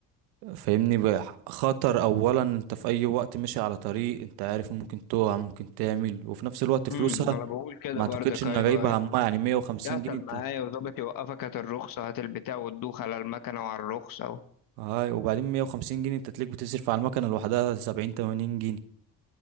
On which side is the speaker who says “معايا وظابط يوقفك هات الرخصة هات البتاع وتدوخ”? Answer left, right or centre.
Left